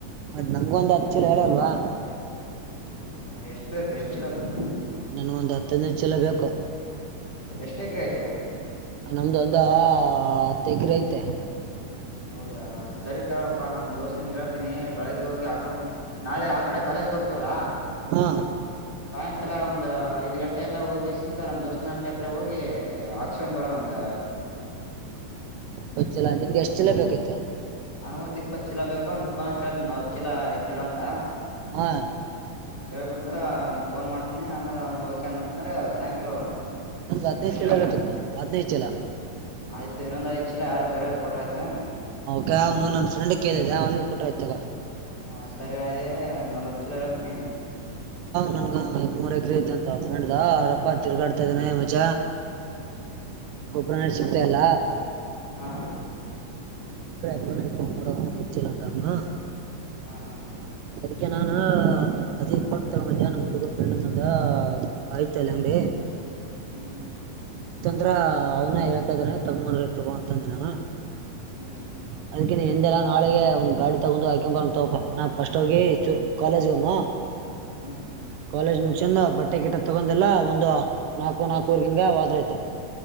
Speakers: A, on the right; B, on the left.
A: ಮತ್ ನಮ್ಗೊಂದ್ ಹತ್ ಚೀಲ ಹೇಳಲ್ವಾ
B: ಹ್ಮ ಎಷ್ಟ ಬೇಕು ಎಷ್ಟ್ ಚೀಲ ಬೇಕು
A: ನನ್ ಒಂದ್ ಹತ್ತ ಹದಿನೈದು ಚೀಲ ಬೇಕು
B: ಎಷ್ಟ ಎಕರೆ ಐತೇ
A: ನಮ್ದು ಒಂದ ಹತ್ತೆಗ್ರೇ ಐತೆ
B: ಹೌದಾ ಸರಿತಗಳಪ್ಪಾ ನಮ ದೋಸ್ತ್ ಕೇಳ್ತೀನಿ ಬೆಳಗ್ಗೆ ಹೋಗಿ ಹಾಕ ನಾಳೆ ಆ ಕಡೆ ಕಾಲೇಜ್ಗೆ ಹೋಗ್ತೀವಲ್ಲಾ
A: ಹಾ
B: ಸಾಯಂಕಾಲ ಒಂದ್ ಐದ್ ಗಂಟೆಯಿಂದ ಹೋಗಿಸಿಂದ ನಮ್ ದೋಸ್ನ ಅಂಗಡಿ ಹತ್ರ ಹೋಗಿ ಆಕ್ಸಿನ್ ಬರೋ ನ ಒಂದ
A: ಗೊತ್ತಿಲ್ಲ ನಿನ್ಗೆ ಎಷ್ಟ್ ಚೀಲ ಬೇಕಾಯತು
B: ನನಗೊಂದು ಇಪ್ಪತ್ತು ಚೀಲ ಬೇಕೋ ಅವನ ಫೋ ಹೇಳ್ತಿನಿ ನಲವತ್ತು ಚೀಲ ಎತ್ತಿಡ ಅಂತ
A: ಹಾ
B: ಹೇಳ್ಬಿಟ್ಟು ಅವನಿಗೆ ಫೋನ್ ಮಾಡ್ತೀನಿ ಆಮೇಲೆ ಅವ್ನು ಓಕೆ ಅನಂತಂದ್ರೆ ಸಾಯಂಕಾಲ ಹೋಗೋಣ
A: ನಂಗ್ ಹದನೈದ
B: ಎಷ್ಟು
A: ಚೀಲ ಬೇಕಿತ್ತ ಹದನೈದ ಚೀಲ
B: ಆಯ್ತು ಇನ್ನೊಂದ ಐವತ್ತು ಚೀಲ ಯಾರು ಬೇರೆ ಯಾರ ಕೊಟ್ರ ಆಯ್ತು
A: ಗ ಅವನು ನನ್ ಫ್ರೆಂಡ್ ಕೇಳ್ದಿದೆ ಅವನಗೆ ಕೊಟ್ರ ಆಯ್ತ ತಗೋ
B: ಹಾ ಸರಿ ಅದೇ ನಲ್ವತ್ತು ಚೀಲ ಹೇಳ್ತೀನಿ
A: ನನ್ಂಗ ಮೂರ್ ಎಕ್ರ ಐತ ಅಂತ ಫ್ರೆಂಡ್ದ ಆವರ ಅಪ್ಪ ತಿರ್ಗಾಡ್ತಾ ಇದಾನೆ ಮಚ ಗೊಬ್ಬರನೆ ಸಿಗ್ತ ಇಲ್ಲ
B: ಹಾ
A: ಕಡಿಮೆ ಆಯ್ತಾ ನೋಡ ಹೆಚ್ಚಿಲ್ಲ ಅಂತ ಅವನ
B: ಹಾ ಹಾ
A: ಅದಕ್ಕೆನಾನ ನ್ ನೋಡ್ತ ತಗಬಂದೆ ನಮ್ಮ್ ಹುಡುಗ ಫ್ರೆಂಡ್ ದ ಆಯ್ತ ಅಲ್ಲ ಅಂಗಡಿ
B: ಹ್ಮ್ ಹ್ಮ್
A: ತಂದ್ರ ಅವನ ಹೇಳ್ತಾ ಇದಾನ ತಗೊಂದ್ರೆ ತಗೊಂತಂದ ನಾನ
B: ಹ್ಮ್
A: ನಾಕ ಎಂದೆಲ್ಲಾ ನಾಳೆಗೆ ಒಂದ್ ಗಾಡಿ ತಗೊಂಡ್ ಆಕ ಬರ ತಗೋಪ ನಾ ಫಸ್ಟ್ ಹೋಗಿ ಕಾಲೇಜ್ಗಮ್ಮ
B: ಹ್ಮ್
A: ಕಾಲೇಜ್ ಮುಗಿಸ್ಕಂಡು ಬಟ್ಟೆ ಗಿಟ್ಟ ತಗೊಂಡೆಲ್ಲ ಒಂದು ನಾಲ್ಕು ನಾಲ್ಕೂವರೆಗ ಹಿಂಗ ಹೊದ್ರಯ್ತು